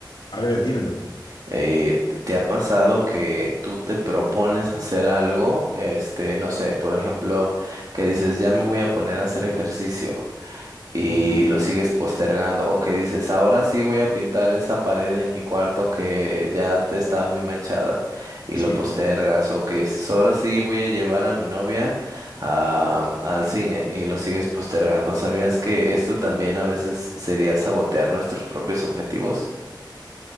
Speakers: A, on the left; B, on the right.
A: A ver, dímelo.
B: Eh, ¿te te ha pasado que tú te propones hacer algo, este, no sé, por ejemplo, que dices, ya me voy a poner a hacer ejercicio? y
A: Ujú,
B: lo sigues postergando o que dices, ahora sí voy a pintar esa pared en mi cuarto que ya te está muy manchada y
A: Sí,
B: lo postergas o que dices, ahora sí voy a llevar a mi novia a- al cine y lo sigues postergando. ¿Sabías que esto también a veces sería sabotear nuestros propios objetivos?